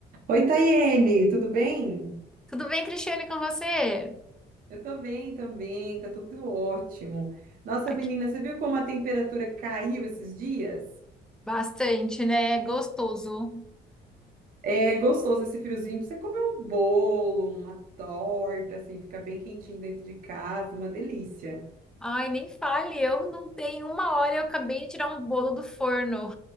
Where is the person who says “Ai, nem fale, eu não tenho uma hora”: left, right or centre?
Centre